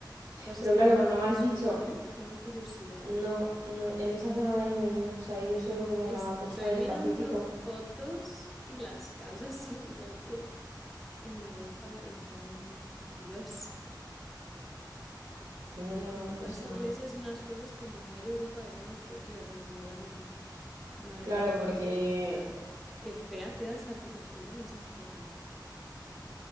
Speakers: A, in the centre; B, on the right.
A: ¿tú has
B: Pero
A: estado
B: claro,
A: alguna
B: cuando
A: vez
B: me
A: en
B: has
A: Suriname?
B: dicho,
A: Tengo curiosidad.
B: no, no, en esa zona de ahí no he ido. O sea, he ido solo como
A: Estoy
B: la costa del
A: mirando
B: Pacífico.
A: fotos y las casas <laughs> son igual que en Europa, en plan, Dios,
B: Yo no tengo,
A: como unas
B: o sea,
A: iglesias y unas cosas como muy de Europa del Norte, tía, como de Holanda. Madre
B: claro,
A: mía, qué
B: porque,
A: feo, qué mal queda. Qué fea queda esa arquitectura en esa zona, ¿eh?